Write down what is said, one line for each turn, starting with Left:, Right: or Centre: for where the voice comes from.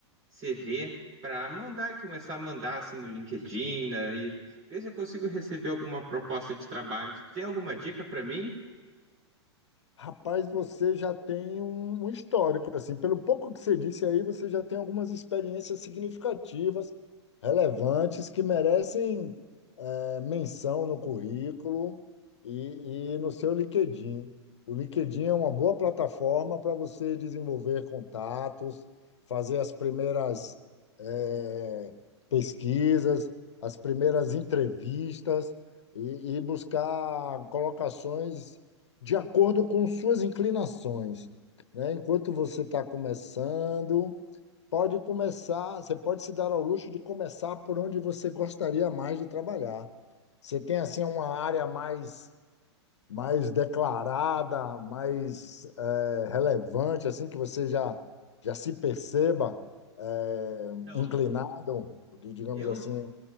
Right: CV para mandar e começar a mandar assim no LinkedIn, né, e ver se eu consigo receber alguma proposta de trabalho. Tem alguma dica para mim?
Left: Rapaz, você já tem um, um histórico, assim, pelo pouco que você disse aí, você já tem algumas experiências significativas, relevantes, que merecem é, menção no currículo e, e no seu LinkedIn. O LinkedIn é uma boa plataforma para você desenvolver contatos, fazer as primeiras é, pesquisas, as primeiras entrevistas e, e buscar colocações de acordo com suas inclinações, né? Enquanto você está começando, Pode começar, você pode se dar ao luxo de começar por onde você gostaria mais de trabalhar. Você tem assim uma área mais mais declarada, mais eh, relevante, assim que você já já se perceba eh,
Right: Então,
Left: inclinado, digamos
Right: eu
Left: assim,